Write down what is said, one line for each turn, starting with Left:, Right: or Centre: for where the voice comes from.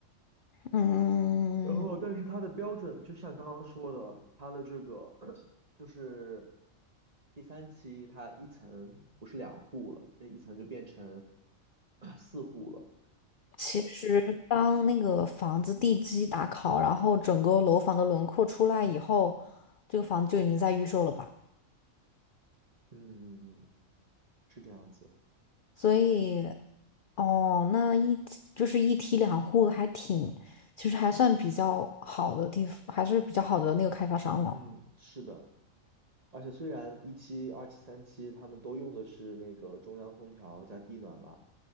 Left: 嗯。
Right: 然后，但是它的标准就像刚刚说的，它的这个 <clears throat> 就是第三期，它一层不是两户了，那一层就变成 <clears throat> 四户了。
Left: 其实，当那个房子地基打好，然后整个楼房的轮廓出来以后，这个房子就已经在预售了吧？
Right: 嗯，是这样子。
Left: 所以，哦，那一就是一梯两户还挺，其实还算比较好的地方，还是比较好的那个开发商了。
Right: 嗯，是的。而且虽然一期、二期、三期他们都用的是那个中央空调加地暖吧，